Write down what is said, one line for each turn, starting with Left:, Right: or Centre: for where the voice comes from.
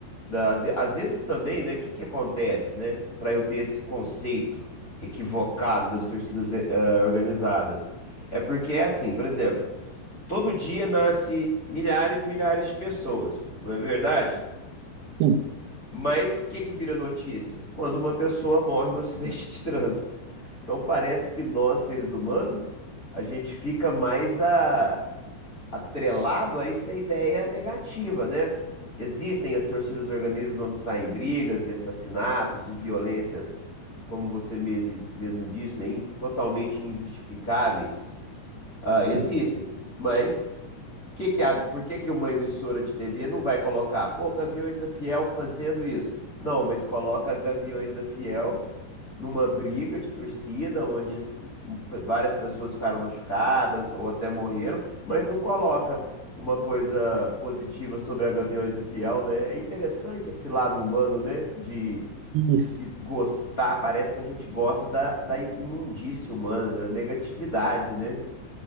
Left: Das, às vezes também, né? O que que acontece, né? Para eu ter esse conceito equivocado das torcidas eh, organizadas. É porque é assim, por exemplo. Todo dia nasce milhares e milhares de pessoas, não é verdade?
Right: sim,
Left: Mas o que que vira notícia? Quando uma pessoa morre no acidente de <laughs> trânsito. Então parece que nós, seres humanos, a gente fica mais a- atrelado a essa ideia negativa, né? Existem as torcidas organizadas onde saem brigas e assassinatos e violências, como você mes- mesmo disse, né? in- Totalmente injustificáveis. Ah, existem.
Right: sim.
Left: Mas que que a- por que que uma emissora de TV não vai colocar, pô, Gaviões da Fiel fazendo isso? Não, mas coloca Gaviões da Fiel numa briga de torcida, onde as- p- várias pessoas ficaram machucadas ou até morreram, mas não coloca uma coisa positiva sobre a Gaviões da Fiel, né? É interessante esse lado humano, né? De,
Right: Isso,
Left: de gostar, parece que a gente gosta da, da imundície humana, da negatividade, né?